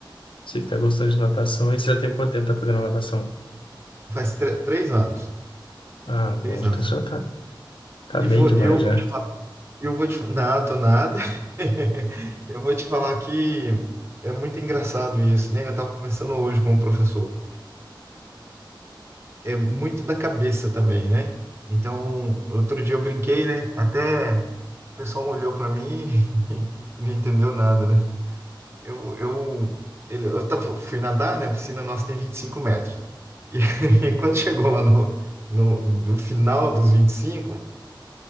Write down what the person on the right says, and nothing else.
Faz tre- três anos,
três anos.
E
vou,
e eu vou,
eu vou te falar, nato nada. <laughs> Eu vou te falar que é muito engraçado isso, né? Eu estava conversando hoje com um professor. é muito da cabeça também, né? Então, outro dia eu brinquei, né? Até o pessoal olhou pra mim e <laughs> não entendeu nada, né? Eu, eu, ele, eu tava- fui nadar, né? A piscina nossa tem 25 metros. E, <laughs> e quando chegou lá no, no, no final dos 25,